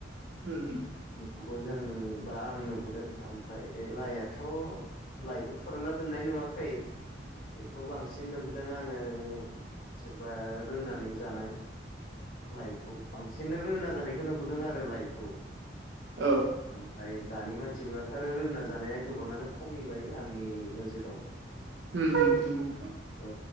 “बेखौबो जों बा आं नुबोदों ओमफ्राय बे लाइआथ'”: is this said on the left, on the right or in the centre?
Left